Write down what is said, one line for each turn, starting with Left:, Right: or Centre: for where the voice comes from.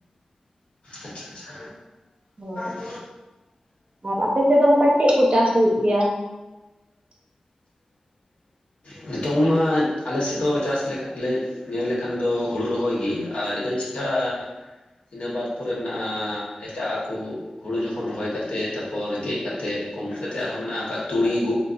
Left: ᱟᱪᱪᱷᱟ ᱟᱪᱪᱷᱟ
Right: ᱦᱳᱭ
Left: <inaudible> <unintelligible>
Right: ᱟᱨ ᱟᱯᱮ ᱥᱮᱫ ᱫᱚ ᱚᱱᱠᱟ ᱪᱮᱫ ᱠᱚ ᱪᱟᱥ ᱦᱩᱭᱩᱜ ᱜᱮᱭᱟ
Left: ᱱᱤᱛᱚᱝ ᱢᱟ ᱟᱞᱮ ᱥᱮᱫ ᱫᱚ ᱪᱟᱥ ᱞᱮᱠᱟ ᱞᱮ ᱧᱮᱞ ᱞᱮᱠᱷᱟᱱ ᱫᱚ ᱦᱩᱲᱩ ᱨᱚᱦᱚᱭ ᱜᱮ ᱟᱨ ᱤᱴᱟᱹ ᱪᱤᱴᱷᱟᱸ ᱤᱱᱟᱹ ᱵᱟᱫ ᱯᱚᱨᱮ ᱢᱮᱱᱟᱜᱼᱟ ᱮᱴᱟᱜ ᱟᱠᱳ ᱾ ᱦᱩᱲᱩ ᱡᱚᱠᱷᱚᱱ ᱨᱚᱦᱚᱭ ᱠᱟᱛᱮ ᱛᱟᱯᱚᱨ ᱜᱮᱫ ᱠᱟᱛᱮ ᱠᱚᱢ ᱵᱮᱥᱤ ᱠᱟᱛᱮ ᱟᱨᱦᱚᱸ ᱢᱮᱱᱟᱜᱼᱟ ᱚᱱᱠᱟ ᱛᱩᱲᱤ ᱜᱩ